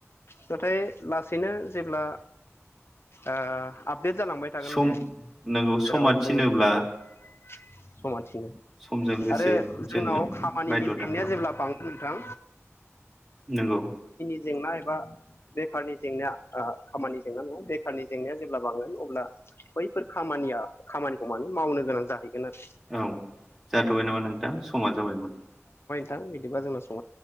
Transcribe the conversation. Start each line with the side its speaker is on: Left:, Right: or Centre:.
Left: नाथाय लासैनो जेब्ला ओ आप देट जालांबाय थागोन
Centre: सम
Left: बे
Centre: नोंगौ
Left: जेराव
Centre: समा
Left: जोङो
Centre: थिनोब्ला
Left: <inaudible> सम थि थिनो
Centre: समजों लोगोसे
Left: आरो
Centre: जोङो
Left: जोंनाव खामानिनि
Centre: बायद'था
Left: जेंनाया जेब्ला बांनो थां
Centre: नोंगौ
Left: जेंना एबा बेफारनि जेंनाया ओ खामानि जेंना नङा बेफारनि जेंनाया जेब्ला बांगोन अब्ला बैफोर खामानिया खामानिखौ माने मावनो गोनां जाहैगोन आरो
Centre: औ जाथ'बाय नामा नों थां समा जाबायमोन।
Left: थां बिदिबा जोंना समा